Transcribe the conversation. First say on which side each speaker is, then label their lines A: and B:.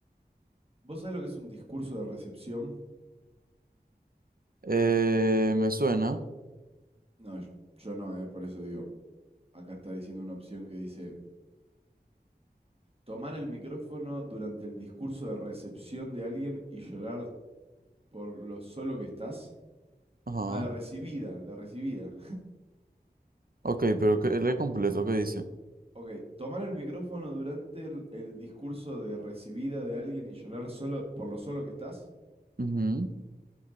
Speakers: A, on the right; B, on the right.
A: ¿vos sabés lo que es un discurso de recepción?
B: Eh, me suena.
A: No, yo- yo no, eh, por eso digo, acá está diciendo una opción que dice, tomar el micrófono durante el discurso de recepción de alguien y llorar por lo solo que estás.
B: Ajá.
A: Ah, de recibida, de recibida.
B: Ok, pero que, lee completo, ¿qué dice?
A: Ok, tomar el micrófono durante el, el discurso de recibida de alguien y llorar solo por lo solo que estás.
B: Ujú.